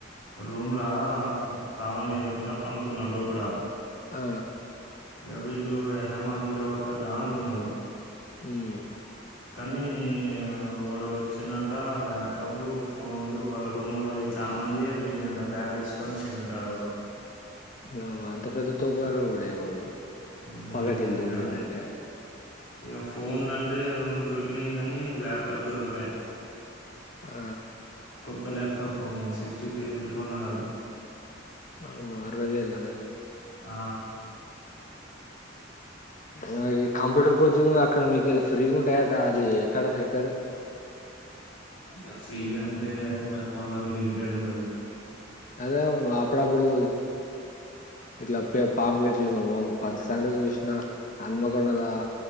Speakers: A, on the left; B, on the left.
A: రూమ్లా తాళం వేయకుండా పండుకున్నారు లోపట
B: ఆ
A: ఇ వీళ్ళు ఏహే మనల్లో వత్తారుగా అనుకున్నారు
B: మ్మ్
A: కానీ వాడు వచ్చిందంట ల్యాప్టాప్ ఫోన్లు వాళ్ళ రూమ్ వాల్ల చాలా మంది పోయినాయంట బ్యాగులు వేసుకొని పోయినంట ఆడెవడొ
B: అ అంత పెద్ద తోపు గాడు ఎవడయ్య వాడు
A: నియమ్మ
B: పగటిలు దొబ్బిండంటే
A: ఇగా ఇగ ఫోన్ లంటే రెండు దొరికినాయి కానీ ల్యాప్టాప్ దొరకలే
B: ఆ
A: కొత్త ల్యాప్టాప్ పాపం సిక్స్టీ కే పెట్టి కొన్నాడాడు
B: ఆ మారవే ఇలానే
A: ఆ
B: ఇ ఈ కంప్యూటర్ కోచింగ్ అక్కడ మీకెళ్ళి ఫ్రీగుంటాయట అది ఎక్కడ హెడ్డరు
A: అ ఫ్రీగా అంటే వాళ్ళ లిమిటెడ్ ఉంటది
B: అదే అప్పుడప్పుడు ఇట్లా పే పాంప్లెట్లు పంచతాంటే చూసిన హన్మకొండ ల